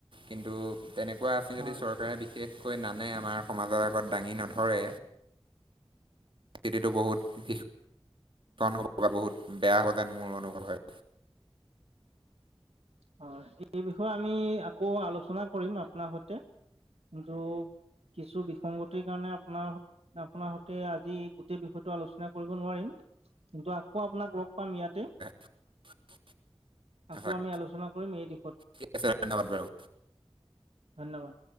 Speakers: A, on the right (about 55°); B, on the right (about 80°).
A: কিন্তু তেনেক- কোৱা আছে
B: হয়
A: যদি চৰকাৰে বিশেষকৈ নানে আমাৰ সমাজৰ আগত দাঙি নধৰে হিটো বহুত বিষ কণ হ'ব বা বহুত বেয়া হ'ব যেন মোৰ অনুভৱ হয়
B: হয় এই বিষয়ে আমি আকৌ আলোচনা কৰিম আপোনাৰ সৈতে কিন্তু কিছু বিসংগতিৰ কাৰণে আপ অ আপোনাৰ সতে আজি গোটেই বিষয়টো আলোচনা কৰিব নোৱাৰিম কিন্তু আকৌ, আপোনাক লগ পাম ইয়াতে।
A: <unintelligible>
B: আকৌ
A: হয়
B: আমি আলোচনা কৰিম এই দিশত।
A: ঠিক আছে ধন্যবাদ বাৰু
B: ধন্যবাদ।